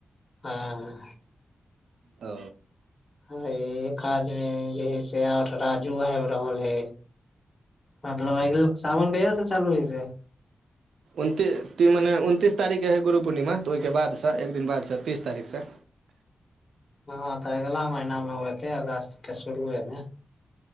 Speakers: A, on the left; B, on the right.
A: हँ
B: ओ
A: ह एक आदम जे है से आठ राजू आइब रहल हे मतलब आइ सावन कय से चालू होइ छै
B: उनती त मने उनतिस तारीखके हइ गुरु पूर्णिमा तऽ ओहिके बादसँ एक दिन बादसँ तीस तारीखसँ
A: हँ तऽ अगलाा महिना मे होते अगस्त के शुरूएमे